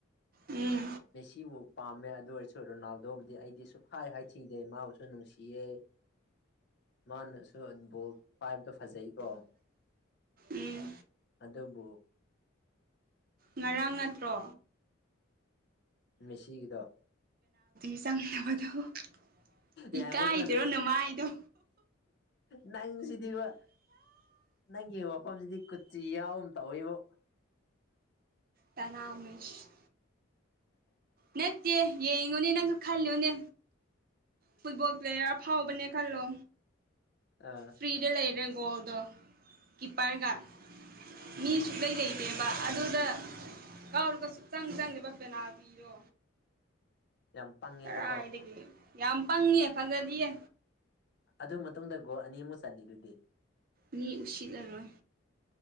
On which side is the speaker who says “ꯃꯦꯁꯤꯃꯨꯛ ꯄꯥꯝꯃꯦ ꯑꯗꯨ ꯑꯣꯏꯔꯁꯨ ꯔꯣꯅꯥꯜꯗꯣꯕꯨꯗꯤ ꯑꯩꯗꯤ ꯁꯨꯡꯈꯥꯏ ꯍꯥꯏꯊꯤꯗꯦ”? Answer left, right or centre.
Left